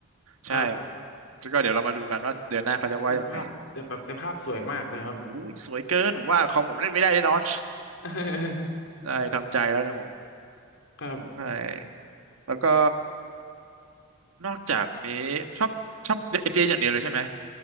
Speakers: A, on the right; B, on the left.
A: ใช่
B: ครับ
A: ก็เดี๋ยวเรามาดูกันว่าเดือนหน้าเขาจะว่ายังไง
B: ภาพแต่แบบแต่ภาพสวยมากเลยครับ
A: อุ้ยสวยเกินผมว่าคอมผมเล่นไม่ได้แน่นอน
B: <laughs>
A: ได้ทำใจแล้วเนะผม
B: ครับ
A: ใช่แล้วก็นอกจากนี้ชอบชอบ FPS อฟพีเอสอย่างเดียวเลยใช่ไหม